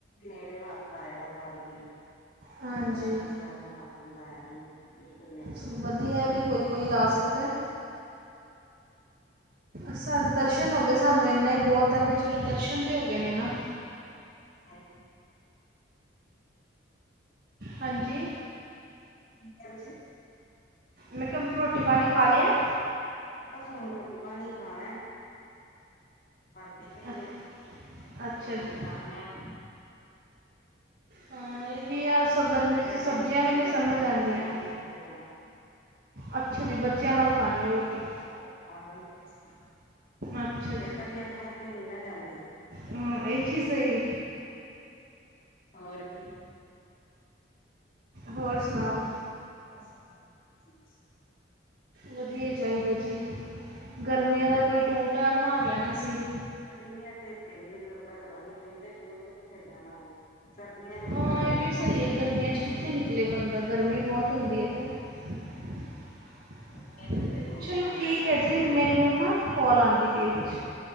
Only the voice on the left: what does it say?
ਨੇੜਿਓਂ ਹੱਥ ਲਾਇਆ ਦਾ ਪਾਲਕੀ ਨੂੰ।
ਪਾਲਕੀ ਸਾਹਿਬ ਨੂੰ ਹੱਥ ਵੀ ਲਾਇਆ ਮੈਂ ਬਿਲਕੁਲ ਨੇੜਿਓਂ।
ਹਾਂ।
ਕੀ ਕਿਹਾ ਤੁਸੀਂ?
ਬਸ ਹੁਣ ਰੋਟੀ ਪਾਣੀ ਈ ਖਾਣਾ। ਬਣਦੀ ਪਈ
ਆ,
ਬਸ
ਹੁਣ ਖਾਨੇ ਆ।
ਉਡੀਕਦੇ
ਪਏ ਬੱਚੇ
ਆਰਨ
ਬੱਚਿਆਂ ਨੂੰ ਉਡੀਕਦੇ ਪਏ ਆ।
ਰ ਆਰਨ ਲਕਸ਼ਮੀ।
ਫਿਰ ਕੱਲੇ ਖਾਧੀ ਨੀ ਨਾ ਜਾਂਦੀ।
ਹੋਰ ਕੀ।
<inaudible>
ਨਹੀਂ ਤੇ ਦਿਲ ਨਹੀ ਕਰਦਾ ਘਰੋਂ ਨਿਕਲਣ ਤੇ, ਟੂਰ ਤੇ ਕਿੱਥੇ ਜਾਣਾ ਕਰਨੀ ਹ ਗੱਲਾਂ
ਫੇਰ
ਵੀ ਘੁੰਮ
ਫਿਰ
ਲੈਂਦਾ,
ਹੋਰ
ਇਹ ਤੇ ਫੇਰ ਘੁੰਮਿਆ ਜਾਂਦਾ
ਗਰਮੀਆਂ
ਦੇ